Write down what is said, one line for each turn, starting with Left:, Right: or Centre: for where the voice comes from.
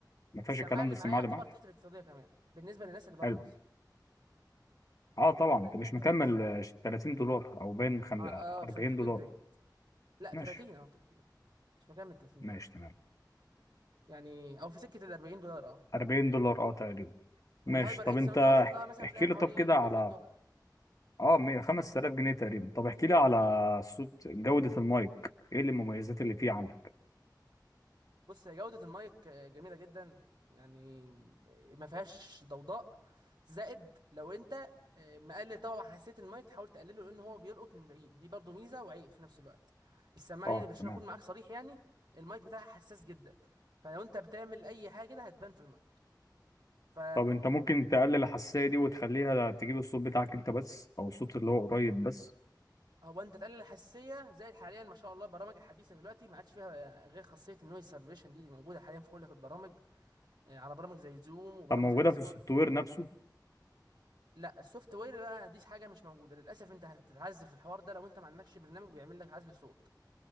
Left: ما فيهاش
Right: السماعه
Left: الكلام
Right: اللي
Left: ده السماعه
Right: معايا يعتبر
Left: اللي معاك
Right: تحت الاقتصاديه كمان بالنسبه للناس اللي بره
Left: حلو
Right: مصر
Left: اه طبعا
Right: بالنسبه
Left: انت
Right: للناس
Left: مش
Right: اللي
Left: مكمل
Right: بره مصر
Left: آه، 30 دولار او بين خم-
Right: اه اه
Left: 40
Right: في الحدود
Left: دولار
Right: دي لا
Left: ماشي
Right: 30 اه 30 مش مكمل 30
Left: ماشي
Right: دولار
Left: تمام
Right: يعني او في سكه ال 40 دولار اه
Left: 40 دولار اه تقريبا
Right: م. والهايبر
Left: ماشي طب
Right: اكس
Left: انت
Right: لو انت
Left: احك-
Right: بصيت لها مثلا
Left: احكي
Right: هتلاقيها بحوالي
Left: لي طب كده
Right: قول
Left: على
Right: 100 دولار
Left: اه مية- 5000 جنيه تقريبا طب احكي لي على صوت جودة المايك ايه اللي- المميزات اللي فيه عندك
Right: بص هي جوده المايك آه، جميله جدا يعني ما فيهاش ضوضاء زائد لو انت آه، مقلل طبعا حساسيه المايك تحاول تقلله لان هو بيلقط من بعيد دي برضو ميزه وعيب في نفس الوقت السماعه
Left: اه
Right: دي عشان
Left: تمام
Right: اكون معاك صريح يعني المايك بتاعها حساس جدا فلو انت بتعمل اي حاجه كده هتبان في المايك ف
Left: طب انت ممكن تقلل الحساسية دي وتخليها تجيب الصوت بتاعك انت بس او الصوت اللي هو قريب بس
Right: هو انت تقلل الحساسيه زائد حاليا ما شاء الله البرامج الحديثه دلوقتي ما عادش فيها آه، غير خاصيه النويز سيرفيليشن دي اللي موجوده حاليا في كل البرامج آه، على برامج زي زوم وبرامج
Left: طب موجودة
Right: زي ديسكورد
Left: في السوفت وير نفسه
Right: لا السوفت وير بقى دي حاجه مش موجوده للاسف انت هتتعذب في الحوار ده لو انت ما عندكش برنامج بيعمل لك عزل صوت